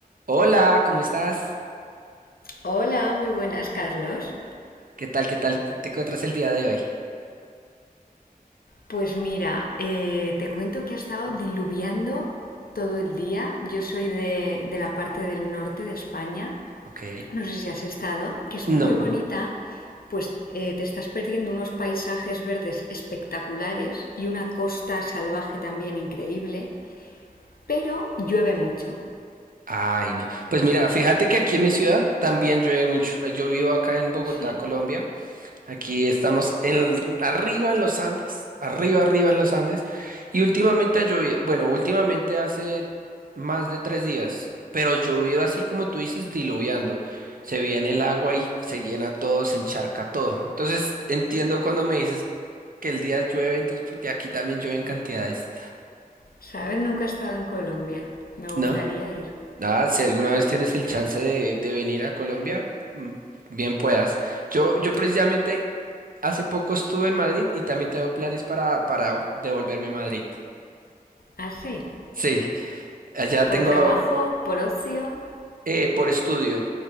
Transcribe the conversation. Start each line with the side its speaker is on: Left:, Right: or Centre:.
Right: Hola, ¿cómo estás?
Left: Hola, muy buenas, Carlos.
Right: ¿Qué tal? ¿Qué tal te te encuentras el día de hoy?
Left: Pues mira, eh, te cuento que ha estado diluviando todo el día. Yo soy de, de la parte del norte de España,
Right: Ok.
Left: no sé si has estado, que es
Right: No.
Left: muy bonita, pues eh, te estás perdiendo unos paisajes verdes espectaculares y una costa salvaje también increíble, pero llueve mucho.
Right: Ay, no. Pues mira, fíjate que aquí en mi ciudad también llueve mucho. Yo vivo acá en Bogotá,
Left: Sí,
Right: Colombia, Aquí estamos en, arriba en los Andes, arriba, arriba en los Andes, y últimamente ha llovido, bueno, últimamente hace más de tres días, pero llovido así como tú dices, diluviando. Se viene el agua y se llena todo, se encharca todo. Entonces entiendo cuando me dices que el día llueve, entonces porque aquí también llueve en cantidades,
Left: sabes, nunca he estado en Colombia. Me gustaría
Right: ¿no?
Left: ir.
Right: Nada, si alguna vez tienes el chance de, de venir a Colombia, mm, bien puedas. Yo, yo precisamente Hace poco estuve en Madrid y también tengo planes para, para devolverme a Madrid.
Left: Ah, sí,
Right: Sí, allá
Left: por
Right: tengo
Left: trabajo, por ocio,
Right: eh, por estudio.